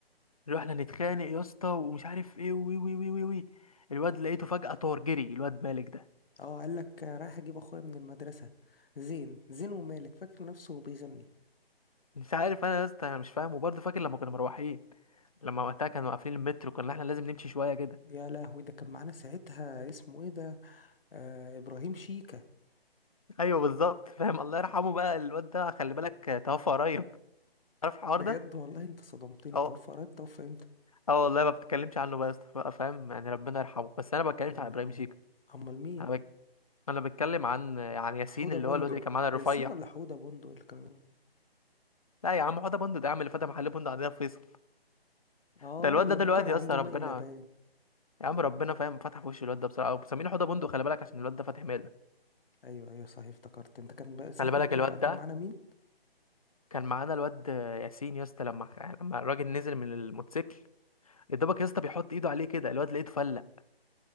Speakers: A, on the left (about 35°); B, on the left (about 65°).
A: رحنا نتخانق يا اسطى ومش عارف ايه وي وي وي وي وي الواد لقيته فجأة طار جري الواد مالك ده
B: اه قال لك آه، رايح اجيب اخويا من المدرسة زين زين ومالك فاكر نفسه بيغني
A: مش عارف انا يا اسطى انا مش فاهم وبرضه فاكر لما كنا مروحين لما وقتها كانوا قافلين المترو كنا احنا لازم نمشي شويه كده
B: يا لهوي ده كان معانا ساعتها اسمه ايه ده آه ابراهيم شيكة
A: ايوه بالظبط فاهم الله يرحمه بقى الواد ده خلي بالك توفى قريب عارف الحوار
B: بجد
A: ده
B: والله انت صدمتني
A: أه.
B: توفى قريب توفى امتى
A: اه والله ما بتكلمش عنه بقى يا اسطى بقى، فاهم يعني ربنا يرحمه بس انا ما بتكلمش
B: ربنا
A: عن ابراهيم
B: يرحمه
A: شيكا
B: امال مين
A: انا بك... انا بتكلم عن عن ياسين
B: حوضة
A: اللي
B: بندق
A: هو الواد اللي كان معانا الرفيع
B: ياسين ولا حوضة بندق اللي كان
A: لا يا عم حوده بندق ده يا عم اللي فتح محل بندق عندنا في فيصل
B: اه
A: ده الواد
B: اللي
A: ده دلوقتي
B: ابوه كان عنده
A: يا اسطى ربنا
B: مقلبان
A: يا عم ربنا فاهم فتح في وش الواد ده بصراحه مسمينه حوده بندق خلي بالك عشان الواد ده فاتح ماله
B: ايوه ايوه صحيح افتكرت انت كان بقى ساعتها
A: خلي بالك
B: بتقول
A: الواد
B: بقى كان
A: ده
B: معانا مين
A: كان معانا الواد ياسين يا اسطى لما لما الراجل نزل من الموتوسيكل يا دوبك يا اسطى بيحط ايده عليه كده الواد لقيته فلق